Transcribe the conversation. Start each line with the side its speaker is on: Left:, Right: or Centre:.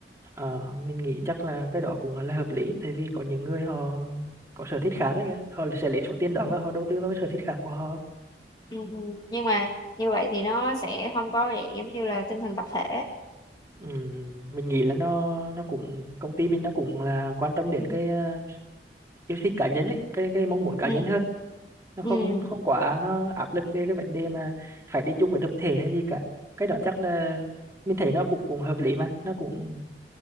Right: Ờ, mình nghĩ chắc là cái đó cũng là hợp lý tại vì có những người họ có sở thích khác ấy kìa họ sẽ lấy số tiền đó và họ đầu tư vào cái sở thích khác của họ
Left: ừ, ừ. Nhưng mà như vậy thì nó sẽ không có dạng giống như là tinh thần tập thể
Right: Ừm, mình nghĩ là nó nó cũng công ty bên nó cũng là quan tâm đến cái ờ, yêu thích cá nhân ấy cái cái mong muốn cá
Left: ừ,
Right: nhân hơn nó
Left: ừ,
Right: không không quá nó áp lực về cái vấn đề mà phải đi chung với tập thể hay gì cả cái đó chắc là mình thấy nó cũng cũng hợp lý mà nó cũng